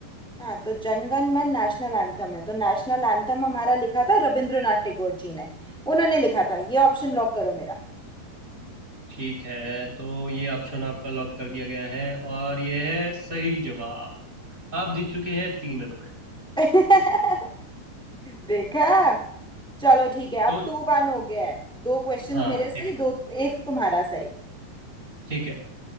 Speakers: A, in the centre; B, on the right.
A: हाँ तो जनगण मन नेशनल एंथम है तो नेशनल एंथम हमारा लिखा था रविंद्रनाथ टैगोर जी ने उन्होंने लिखा था ये ऑप्शन लॉक करो मेरा
B: ठीक है तो ये ऑप्शन आपका लॉक कर दिया गया है और ये है सही जवाब आप जीत चुके हैं तीन रुपए
A: <laughs> देखा चलो ठीक है
B: तो
A: अब टू वन हो गया है दो क्वेश्चंस
B: हाँ
A: मेरे सही
B: ठीक है
A: दो एक तुम्हारा सही
B: ठीक है